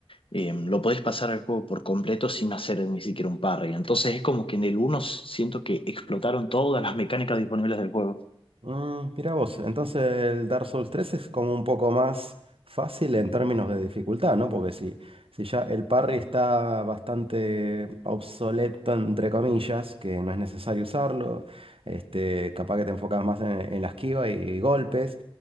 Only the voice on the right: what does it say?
Mm, mira vos, entonces el Dark Souls 3 es como un poco más fácil en términos de dificultad, ¿no? Porque si, si ya el parry está bastante obsoleto, entre comillas, que no es necesario usarlo, este, capaz que te enfocas más en, en la esquiva y, golpes.